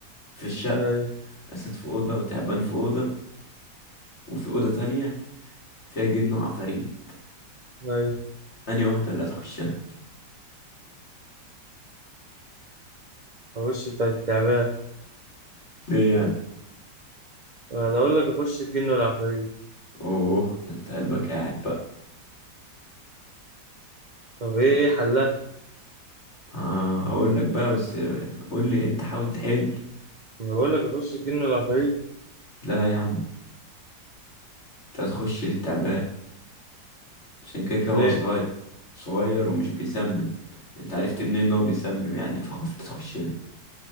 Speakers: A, on the left; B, on the right.
A: في الشقه
B: طيب
A: اسد في اوضه وتعبان في اوضه وفي اوضه تانية فيها جن وعفاريت
B: طيب
A: انهي واحده اللي هتخشها
B: اخش بتاع التعبان
A: ليه يعني
B: انا اقول لك اخش الجن والعفاريت
A: اوه ده انت قلبك قاعد بقى
B: طب ايه
A: طب
B: إيه حلها
A: اه هقول لك بقى بس قول لي انت حاول تحل
B: انا بقول لك اخش الجن والعفاريت
A: لا يا عم انت هتخش للتعبان عشان كده كده
B: ليه؟
A: هو صغير صغير ومش بيسمم انت عرفت منين ان هو بيسمم يعني فخفت تخش له